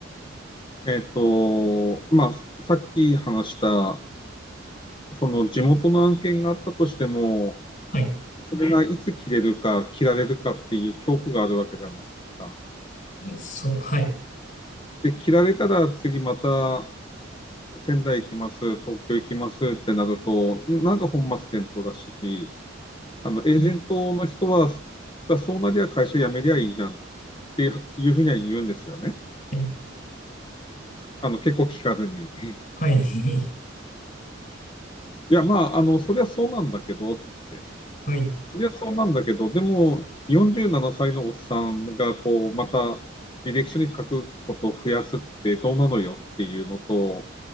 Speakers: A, on the left; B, on the left.
A: えっ、と、まあ、さっき話した、その地元の案件があったとしても、
B: はい、
A: それがいつ切れるか、切られるかっていう恐怖があるわけじゃないですか。
B: そう、はい、
A: で、切られたら次また仙台行きます、東京行きますってなると、なんか本末転倒だし、あの、エージェントの人は、だそうなりゃ会社辞めりゃいいじゃんっっていうふうには言うんですよね。
B: はい、
A: あの、結構聞かずに。い
B: はい、<laughs>
A: や、まあ、あの、そりゃそうなんだけどって。
B: はい、
A: そりゃそうなんだけど、でも、47歳のおっさんが、こう、また、履歴書に書くことを増やすってどうなのよっていうのと、